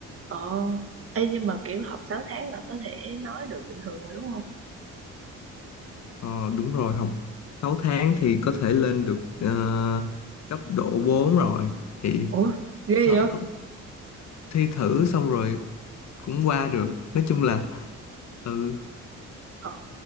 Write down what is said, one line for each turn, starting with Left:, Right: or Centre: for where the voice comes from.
Right: ồ, ê, nhưng mà kiểu học 6 tháng là có thể nói được bình thường rồi đúng không?
Left: Ờ, đúng rồi học 6 tháng thì có thể lên được ờ, cấp độ 4 rồi thì
Right: Ủa, ghê
Left: có,
Right: vậy?
Left: có thi thử xong rồi cũng qua được nói chung là ừ
Right: Ờ,